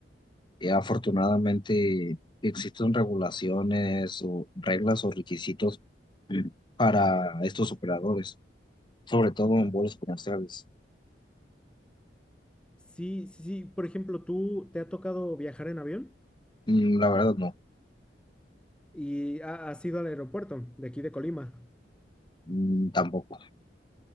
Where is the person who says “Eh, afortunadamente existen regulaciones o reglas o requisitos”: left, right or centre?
Left